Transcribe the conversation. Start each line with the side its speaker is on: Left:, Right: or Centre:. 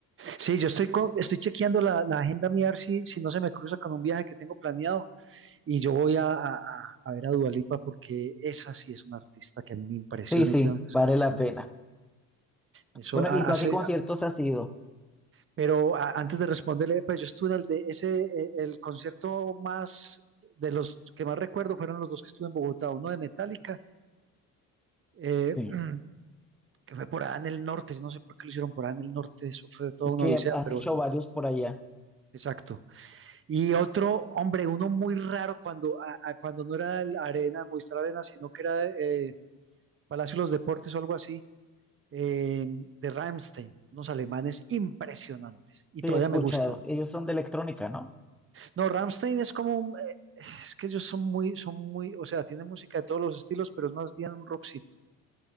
Right: Sí, yo estoy, co- estoy chequeando la, la agenda mía a ver si, si no se me cruza con un viaje que tengo planeado y yo voy a, a- a- a ver a Dua Lipa porque esa sí es una artista que a mí me impresiona
Centre: Sí, sí,
Right: y tiene unas
Centre: vale
Right: canciones.
Centre: la pena.
Right: Eso
Centre: Bueno,
Right: ha-
Centre: ¿y tú
Right: hace,
Centre: a qué conciertos has ido?
Right: pero a- antes de responderle, pues yo estuve en el de ese, eh, el concierto más, de los que más recuerdo fueron los dos que estuve en Bogotá, uno de Metallica, eh,
Centre: sí
Right: <clears throat> que fue por allá en el norte, no sé por qué lo hicieron por allá en el norte, eso fue toda
Centre: Es
Right: una
Centre: que
Right: odisea,
Centre: han
Right: pero
Centre: hecho
Right: bueno,
Centre: varios por allá.
Right: exacto. Y otro, hombre, uno muy raro cuando, a- a- cuando no era el Arena, Movistar Arena, sino que era eh, Palacio de los Deportes o algo así, eh, de Rammstein, unos alemanes impresionantes y
Centre: Sí,
Right: todavía
Centre: he escuchado.
Right: me gustan.
Centre: Ellos son de electrónica, ¿no?
Right: No, Rammstein es como un, eh, es que ellos son muy, son muy, o sea, tienen música de todos los estilos, pero es más bien un rockcito.